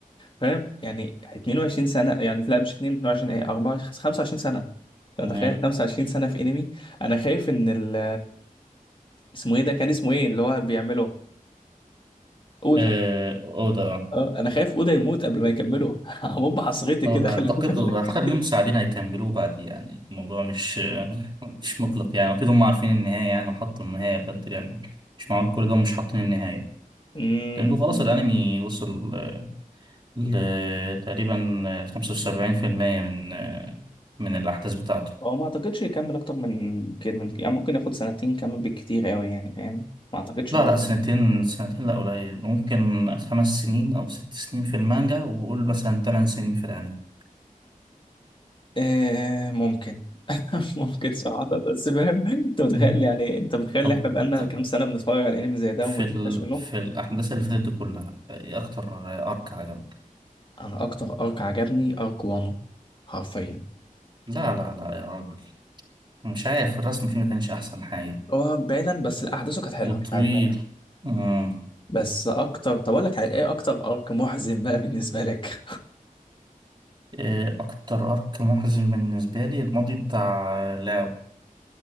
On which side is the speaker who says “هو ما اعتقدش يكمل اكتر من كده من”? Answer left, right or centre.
Left